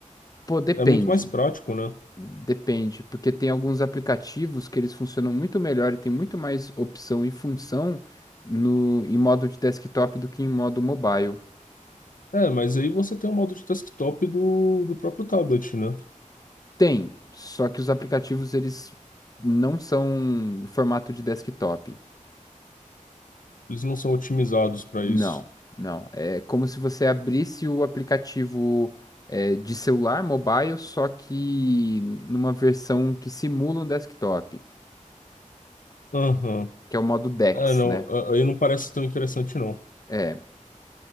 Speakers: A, on the left; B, on the left.
A: Pô, depende.
B: É muito mais prático, né?
A: Depende, porque tem alguns aplicativos que eles funcionam muito melhor e tem muito mais opção e função no, em modo de desktop do que em modo mobile.
B: É, mas aí você tem o modo de desktop do, do próprio tablet, né?
A: Tem, só que os aplicativos eles não são o formato de desktop.
B: Eles não são otimizados para
A: Não,
B: isso.
A: não. É como se você abrisse o aplicativo é, de celular mobile, só que numa versão que simula um desktop,
B: Aham.
A: que é o modo DeX,
B: É, não.
A: né?
B: a- Aí não parece tão interessante, não.
A: É,